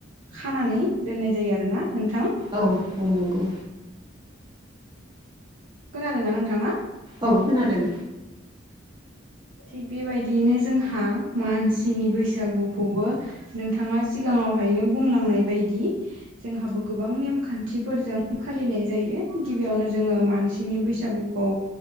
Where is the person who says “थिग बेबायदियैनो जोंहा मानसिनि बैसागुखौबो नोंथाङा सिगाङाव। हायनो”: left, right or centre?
Right